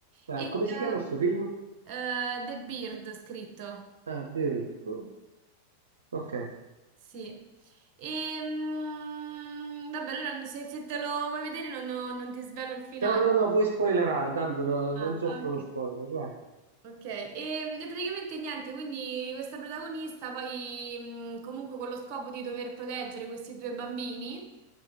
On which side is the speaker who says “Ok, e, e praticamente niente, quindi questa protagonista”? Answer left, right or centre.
Right